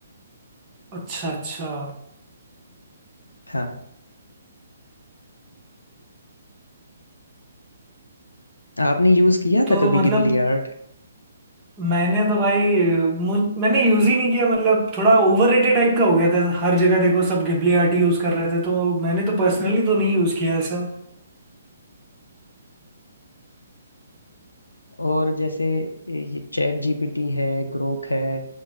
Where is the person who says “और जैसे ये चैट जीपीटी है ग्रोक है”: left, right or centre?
Left